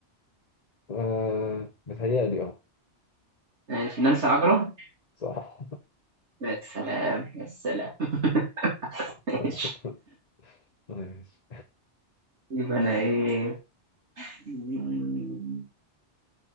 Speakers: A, on the left; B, on the right.
A: آه، متهيألي اه
B: ماشي نانسي عجرم
A: صح
B: يا سلام يا سلام <laughs>
A: <laughs>
B: ماشي
A: ماشي
B: يبقى أنا إيه مم،